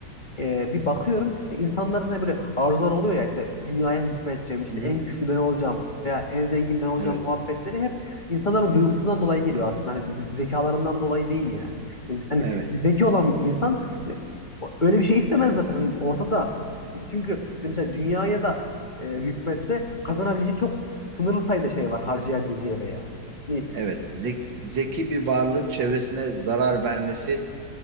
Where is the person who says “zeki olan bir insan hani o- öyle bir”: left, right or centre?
Left